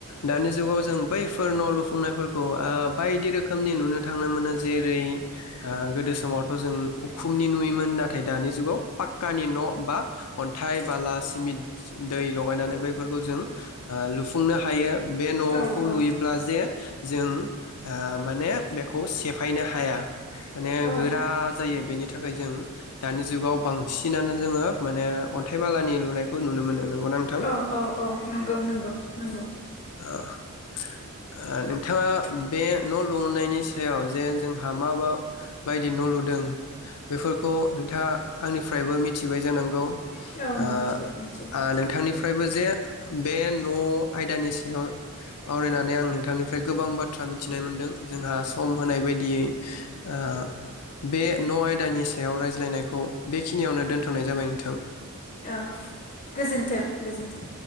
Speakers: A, on the left; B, on the left.
A: दानि जुगाव जों बैफोर न' लुफुंनायफोरखौ ओ बायदि रोखोमनि नुनो थांनो मोनो जेरै ओ गोदो समावथ' जों उखुमनि नुयोमोन नाथाय दानि जुगाव पाक्कानि न' बा अन्थाइ बाला सिमिट दै लगायनानै बैफोरखौ जों ओ लु फुंनो हायो बे न'खौ
B: औ औ
A: लुयोब्ला जे जों ओ माने बेखौ सेफायनो हाया। माने
B: औ
A: गोरा जायो बेनि थाखाय जों दानि जुगाव बांसिनानो जोङो माने अन्थाइ बालानि लुनायखौ नुनो मोनो नोंगौ ना नोंथां?
B: औ औ औ नंगौ नंगौ नंगौ
A: ओ नोंथाङा बे न' लुनायनि सायाव जे जोंहा मा मा बायदि न' लुदों बेफोरखौ नोंथाङा आंनिफ्रायबो मिथिबाय जानांगौ।
B: औ
A: ओ
B: मिथिबाय मिथिबाय
A: आह नोंथांनिफ्रायबो जे बे न' आयदानि सायाव आवरायनानै आं नोंथांनिफ्राय गोबां बाथ्रा मिनथिनाय मोनदों जोंहा सम होनाय बायदियै ओ बे न' आयदानि सायाव रायज्लायनायखौ बेखिनियावनो दोनथ'नाय जाबाय नोंथां।
B: ओ गोजोन्थों, गोजोन्थों।